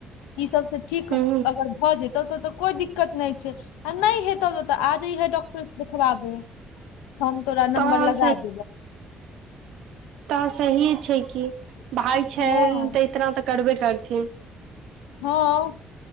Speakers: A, on the left; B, on the right.
A: ई सब से ठीक
B: ह
A: अगर भए जेतौ तो ते कोई दिक्क दिक्कत नहि छै आ नहि हेत त आजहिए डॉक्टर देखबाबे हम तो नमबर
B: तऽ
A: लग दे
B: त सहिए छै कि भाय छै
A: हँ
B: त इतना त करबे करथिन
A: हँ